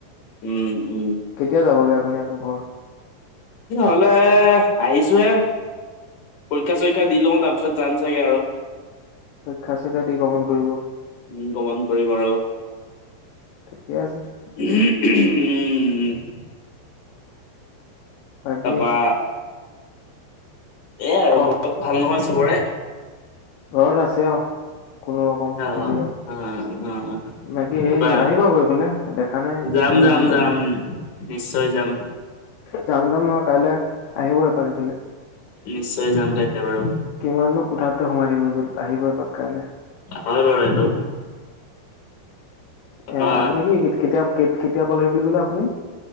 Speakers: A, on the left (about 50°); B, on the left (about 70°).
A: উম উম।
B: কেতিয়া যাবগে আপুনি আকৌ ঘৰ?
A: ঘৰলে আহিছোহে। পৰীক্ষা-চৰীক্ষা দি লওঁ তাৰ পিছত যাম চাগে আৰু।
B: পৰীক্ষা- চৰীক্ষা দি গমণ কৰিব?
A: উম গমণ কৰিম আৰু।
B: ঠিকে আছে।
A: উম।
B: তাকে।
A: তাৰপা এইয়া আৰু
B: কওক?
A: ঘৰত ভাল নহয় চবৰে?
B: ঘৰত আছে অ কোনোৰকম
A: অ
B: জীয়াই।
A: অ অ
B: বাকী
A: তাৰপা
B: হেৰি আহিবা এইফালে দেখা নাই
A: যাম
B: আপোনাক
A: যাম
B: মানুহটোক
A: যাম
B: বহুত দিন।
A: নিশ্চয় যাম।
B: যাম যাম নহয় কাইলে আহিব এপাক এইফালে।
A: নিশ্চয় যাম কাইলে বাৰু।
B: কিমাননো কোঠাটোতে সোমাই থাকিব আহিব এপাক কাইলে।
A: হয় বাৰু সেইটো। তাৰপা
B: এ আপুনি কি কেতিয়া কেতিয়া পালোহি বুলি ক'লে আপুনি